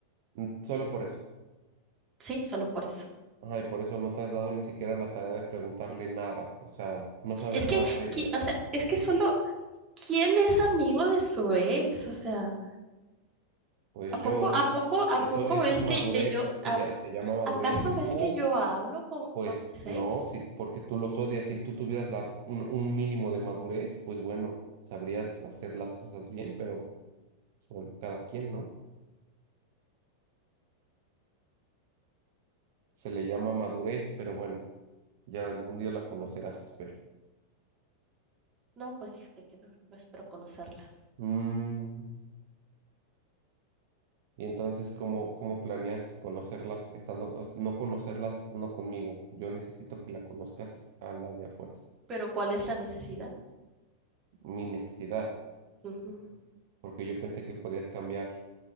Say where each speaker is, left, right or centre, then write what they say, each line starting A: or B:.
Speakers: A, on the right; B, on the right.
A: Mm, Solo por eso.
B: Sí, solo por eso.
A: Ajá, y por eso no te has dado ni siquiera la tarea de preguntarle nada. O sea, no sabes
B: Es que,
A: nada de ella.
B: qui- o sea, es que solo, ¿quién es amigo de su ex? O sea,
A: Pues
B: ¿a poco,
A: yo, eso es...
B: a poco, a
A: Eso,
B: poco
A: eso
B: ves
A: es madurez,
B: que, que yo,
A: se,
B: a-
A: lla- se llama madurez.
B: acaso
A: Y
B: ves
A: tú,
B: que yo hablo con,
A: Pues
B: con mis ex?
A: no, si, porque tú los odias, si tú tuvieras la, un, un mínimo de madurez, pues bueno, sabrías hacer las cosas bien, pero pues, bueno, cada quien, ¿no? Se le llama madurez, pero bueno, ya algún día la conocerás, espero.
B: No, pues fíjate que no, no espero conocerla.
A: Mm, y entonces, ¿cómo, cómo planeas conocerlas estando, o s- no conocerlas estando conmigo? Yo necesito que la conozcas a la de a fuerza.
B: Pero ¿cuál es la necesidad?
A: Mi necesidad,
B: Ujú.
A: porque yo pensé que podías cambiar